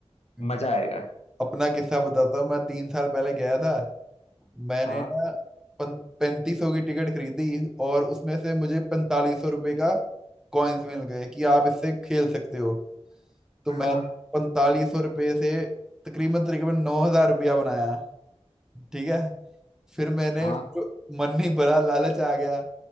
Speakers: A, in the centre; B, on the left.
A: मैं
B: मजा आएगा
A: अपना किस्सा बताता हूँ मैं तीन साल पहले गया था मैंने
B: हाँ
A: ना पैंतीस सौ की टिकट खरीदी और उसमें से मुझे पैंतालीस सौ रुपये का कॉइन्स मिल गए कि आप इससे खेल सकते हो तो मैं
B: हाँ
A: पैंतालीस सौ रुपये से तकरीबन तकरीबन नौ हजार रुपया बनाया ठीक है फिर मैंने
B: हाँ
A: तो मन नहीं भरा लालच आ गया